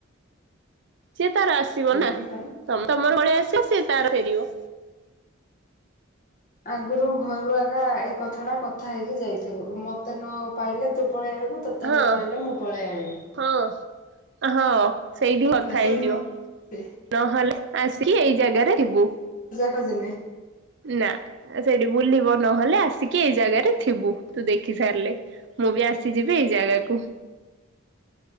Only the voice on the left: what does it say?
ସେଇଥିପାଇଁ
ଆଗରୁ ଘରୁ ଆଗା ଏଇ କଥା ଟା କଥା ହେଇକି ଯାଇଥିବୁ ମତେ ତତେ ନ ପାଇଲେ ତୁ ପଳେଇ ଆଇବୁ ତୋତେ
ନ ପାଇଲେ ମୁଁ ପଳେଇ ଆଇବି।
ହେଲା ସେଇଠୁ
ସେ
ଖୋଜିଲେ